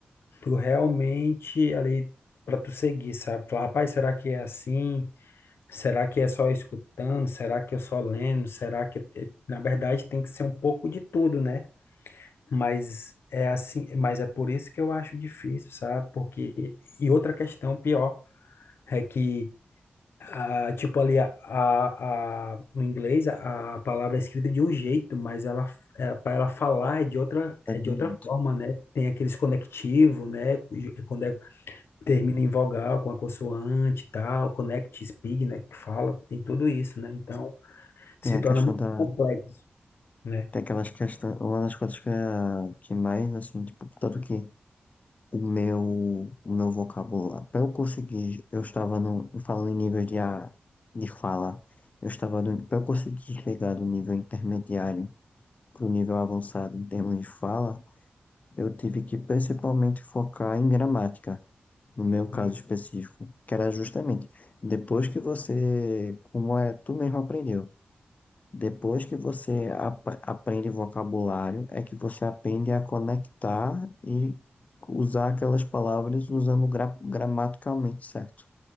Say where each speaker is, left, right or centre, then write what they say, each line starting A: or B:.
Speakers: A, on the left (about 90°); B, on the left (about 40°).
A: tu realmente ali para tu seguir, sabe? Fala, rapaz, será que é assim? Será que é só escutando? Será que eu só lendo? Será que eu- na verdade tem que ser um pouco de tudo, né? Mas é assim, mas é por isso que eu acho difícil, sabe? Porque e outra questão pior é que ah, tipo ali a, a, a- no inglês a, a palavra é escrita de um jeito, mas ela para ela falar é de outra é
B: de
A: de outra
B: outros.
A: forma, né? Tem aqueles conectivos, né? Cujo- Quando é, termina em vogal com a consoante e tal, connect speed, né? Que fala, tem tudo isso, né? Então
B: Tem
A: se
B: a
A: torna
B: questão
A: muito
B: da.
A: complexo, né?
B: Tem aquelas questões. Uma das coisas que, é- que mais, assim, tipo, tanto que o meu, o meu vocabulário. Pra eu conseguir, eu estava no. Falando em níveis de, a- de fala. Eu estava no. Pra eu conseguir chegar do nível intermediário pro nível avançado em termos de fala. eu tive que principalmente focar em gramática, no meu caso
A: Hum,
B: específico, que era justamente depois que você, como é, tu mesmo aprendeu, depois que você ap- aprende vocabulário, é que você aprende a conectar e usar aquelas palavras usando gra- gramaticalmente certo,